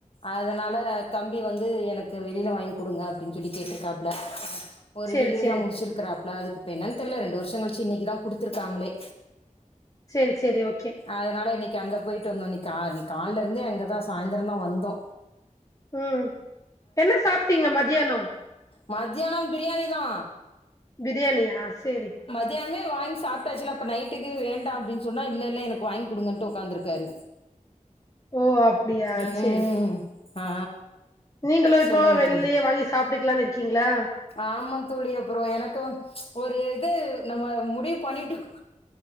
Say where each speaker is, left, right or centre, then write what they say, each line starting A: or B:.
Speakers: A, on the left; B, on the left.
A: அதுனால தம்பி வந் ந்து எனக்கு வெளில வாங்கி குடுங்க அப்டின்னு சொல்லி கேட்டுருக்காப்ல ஒரு
B: சேரி
A: டிகிரி
B: சேரி
A: தா முடிச்சுருக்கறாப்ல அதுக்கு இப்ப என்னனு தெர்ல ரெண்டு வருஷோ கழுச்சி இன்னைக்கி தா குடுத்துருக்காங்களே
B: செரி செரி ஓகே
A: அதுனால இன்னைக்கு அங்க போயிட்டு வந்தோ இன்னைக்கு கா இன்னைக்கு கால்ல இருந்தே அங்கதா சாய்ந்தரந்தா வந்தோ
B: ம் என்ன சாப்டீங்க மதியானோ
A: மத்தியானோ பிரியாணி தா
B: பிரியாணியா சேரி
A: மத்தியானமே வாங்கி சாப்டாச்சுல்ல இப்ப நைட்டுக்கு வேண்டாம் அப்டினு சொன்னா இல்ல இல்ல எனக்கு வாங்கி குடுங்கன்ட்டு ஒக்காந்துருக்காரு
B: <inaudible> ஓ அப்புடியா
A: ம்
B: சேரி
A: ஆ
B: நீங்களு இப்போ
A: சொல்லுங்க
B: வெளிய
A: தோழி
B: வாங்கி சாப் விட்டுக்கலானு இருக்கீங்களா
A: ஆமா தோழி அப்புறோ எனக்கு ஒரு இது நம்ம முடிவு பண்ணிட்டோ